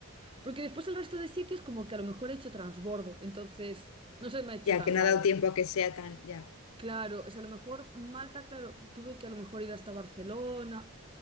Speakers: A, on the right (about 25°); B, on the left (about 80°).
A: Porque después el resto de sitios, como que a lo mejor he hecho transbordo, entonces no se me ha hecho
B: Ya,
A: tan
B: que no
A: largo.
B: ha dado tiempo a que sea tan, ya.
A: Claro, o sea, a lo mejor Malta, claro, tuve que a lo mejor ir hasta Barcelona,